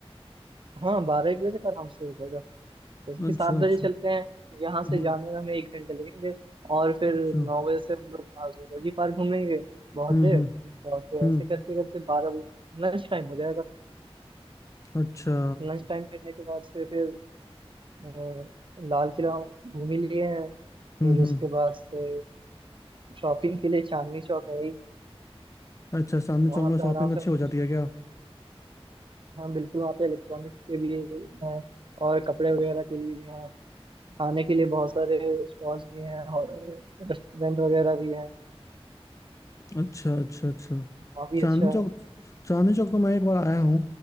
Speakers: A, on the right; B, on the left.
A: हाँ बारह एक बजे तक आराम से हो जाएगा जैसे कि
B: अच्छा
A: सात बजे
B: अच्छा
A: चलते हैं यहाँ से
B: हम्म
A: जाने में हमें एक घंटे लगेंगे और फिर
B: अच्छा
A: नौ बजे से हम लोग वहाँ जूलॉजी पार्क घूमेंगे बहुत
B: हम्म
A: देर
B: हम्म
A: और फिर
B: हम्म
A: ऐसे करते करते बारह बजे लंच टाइम हो जाएगा
B: अच्छा
A: लंच टाइम करने के बाद से फिर अ, लाल किला घूम ही लिए हैं फिर
B: हम्म
A: उसके
B: हम्म
A: बाद से शॉपिंग के लिए चांदनी चौक है ही
B: अच्छा चांदनी
A: वहाँ
B: चौक में शॉपिंग
A: पे आराम
B: अच्छी
A: से हम
B: हो
A: लोग
B: जाती है क्या
A: हाँ बिल्कुल वहाँ पे इलेक्ट्रॉनिक्स के भी हैं और कपड़े वगैरह के लिए भी हैं खाने के लिए बहुत सारे स्टॉल्स भी हैं और रेस्टोरेंट वगैरह भी हैं
B: अच्छा अच्छा अच्छा
A: वहाँ भी
B: चांदनी
A: अच्छा
B: चौक
A: है
B: चांदनी चौक तो मैं एक बार आया हूँ